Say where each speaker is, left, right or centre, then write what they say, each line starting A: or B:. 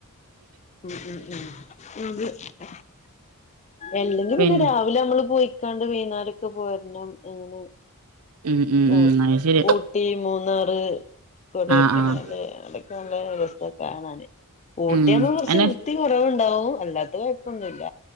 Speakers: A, on the left (about 30°); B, on the right (about 75°).
A: ഉം ഉം <unintelligible> എല്ലെങ്കി
B: പിൻ
A: പിന്നെ രാവിലെ നമ്മള് പോയി ക്കാണ്ട് വെയ്ന്നാരോക്കെ പോര്ണം അങ്ങനെ
B: ഉം ഉം
A: ഉ
B: ഉം അത് ശരിയാ
A: ഊട്ടി മൂന്നാറ് കൊടയ്ക്കനാൽ
B: ആഹ് ആഹ്
A: അവി <unintelligible> ണ് ഊട്ടിയാണ്
B: ഉം
A: കുറച്ച്
B: അനെ
A: വൃ ത്തി കുറവുണ്ടാവും അല്ലാത്ത കുഴപ്പൊ ഒന്നുല്ല